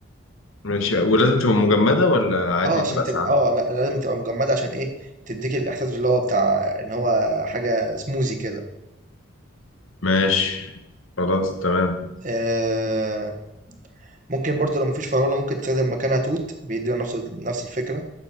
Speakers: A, on the left; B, on the right.
A: ماشي ولازم تبقى مجمدة ولا عادي
B: اه عشان
A: تبقى
B: تبقى
A: ساقعة
B: اه لا لازم تبقى مجمده عشان ايه تديك الاحساس اللي هو بتاع ان هو حاجه سموزي كده
A: ماشي خلاص تمام
B: آه ممكن برضو لو مفيش فراولة ممكن تستخدم مكانها توت بيدي نفس نفس الفكرة